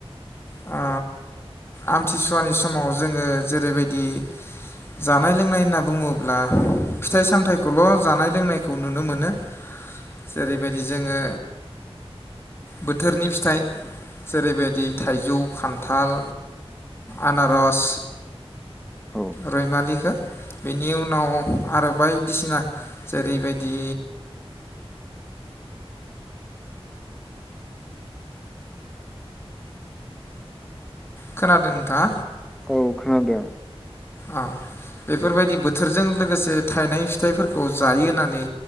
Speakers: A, on the left; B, in the centre.
A: आ आमथिसुवानि समाव जोङो जेरैबायदि जानाय लोंनाय होनना बुङोब्ला फिथाइ सामथायाइखौल' जानाय लोंनायखौ नुनो मोनो जेरैबायदि जोङो बोथोरनि फिथाइ जेरैबायदि थाइजौ खान्थाल आनारस
B: औ
A: रयमालिखो बेनि उनाव आरो बायदिसिना जेरैबायदि खोनादों नोंथाङा?
B: औ खोनादों।
A: ओ बेफोरबायदि बोथोरजों लोगोसे थायनाय फिथाइफोरखौ जायो होननानै